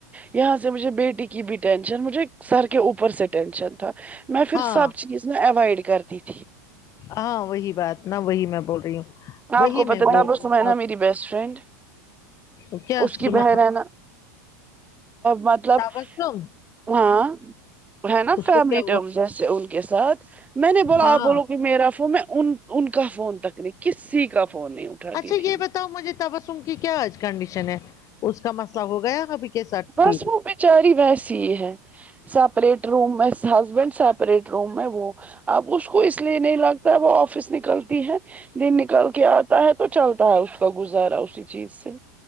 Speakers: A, on the right; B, on the left.
A: یہاں سے مجھے بیٹی کی بھی ٹینشن مجھے سر کے اوپر سے ٹینشن تھا میں پھر
B: ہاں
A: سب چیز نہ اوائڈ کرتی تھی
B: ہاں وہی بات نا وہی میں بول رہی ہوں
A: آپ
B: وہی
A: کو
B: میں
A: پتہ
B: بول
A: تب
B: رہی
A: س میں
B: ہوں
A: نا میری بیسٹ فرینڈ
B: اب کیا
A: اس کی
B: سنا
A: بہن ہے نا مطلب
B: تبسم
A: ہاں ہے نا
B: اس
A: فیملی
B: کو کیا
A: ٹائم
B: ہوا
A: جیسے ان کے ساتھ میں نے بولا
B: ہاں
A: آپ بولو کہ میرا فون میں ان کا فون تک نہیں کسی کا فون نہیں اٹھاتی
B: اچھا
A: تھی
B: یہ بتاؤ مجھے تبسم کی کیا آج کنڈیشن ہے اس کا مسئلہ ہو گیا ابھی کے ساتھ
A: بس
B: ٹھیک
A: وہ بچاری ویسی ہی ہے سیپریٹ روم میں ہسبینڈ سیپریٹ روم میں وہ اب اس کو اس لیے نہیں لگتا ہے وہ آفس نکلتی ہے دن نکل کے آتا ہے تو چلتا ہے اس کا گزارا اسی چیز سے